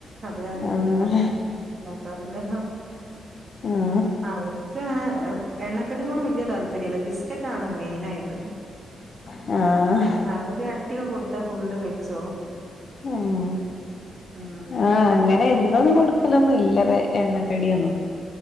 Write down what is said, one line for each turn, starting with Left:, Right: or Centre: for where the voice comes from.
Right: അത് കാരണം
Left: ആഹ്
Right: ഇനെ ഞാൻ ഉണ്ടാക്കാറില്ല
Left: ആഹ്
Right: അവർക്ക് എണ്ണക്കെട്ടിനോട് വല്യയ താല്പര്യല്ല ബിസ്ക്കറ്റ്ണ് മെയിൻ ആയിട്ട്
Left: <inaudible> ആഹ്
Right: ങ്ങൊര് അട്ടിയ കൊടുത്ത ഫുള്ള് കഴിച്ചോള
Left: ആ
Right: ഉം
Left: ആഹ് അങ്ങനെ എന്നും കൊടുക്കലൊന്നും ഇല്ല എണ്ണക്കടിയൊന്നും